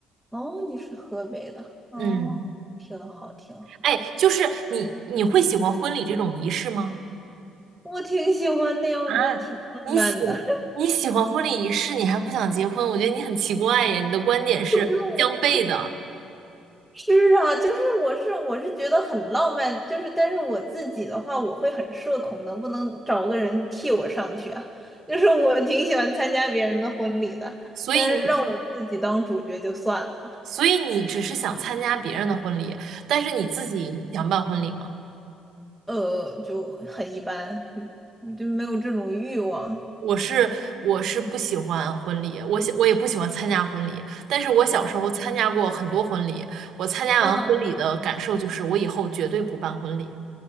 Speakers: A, in the centre; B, on the right (about 65°).
A: 哦，你是河北的，哦，
B: 嗯，
A: 挺好挺好。
B: 哎，就是你你会喜欢婚礼这种仪式吗？
A: 我挺喜欢的呀，我觉得挺浪漫的。
B: 啊，你喜
A: <laughs>
B: 你喜欢婚礼仪式，你还不想结婚？我觉得你很奇怪耶，你的观点是相悖的，
A: 是不是我是啊，就是我是我是觉得很浪漫，就是但是我自己的话，我会很社恐能不能找个人替我上去啊。<laughs> 就是我挺喜欢参加别人的婚礼的，
B: 所以你
A: 但是让我自己当主角就算了，
B: 所以你只是想参加别人的婚礼，但是你自己想办婚礼吗？
A: 呃，就很一般，嗯就没有这种欲望。
B: 我是我是不喜欢婚礼，我喜我也不喜欢参加婚礼。但是我小时候参加过很多婚礼，我参加完婚礼的感受就是，
A: 嗯
B: 我以后绝对不办婚礼。